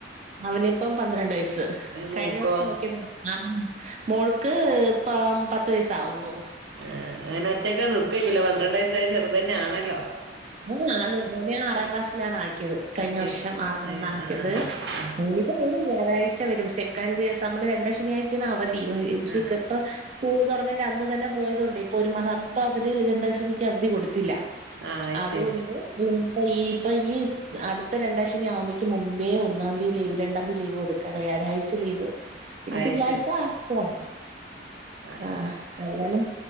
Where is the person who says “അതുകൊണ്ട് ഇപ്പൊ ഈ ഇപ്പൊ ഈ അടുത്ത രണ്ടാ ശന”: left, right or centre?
Right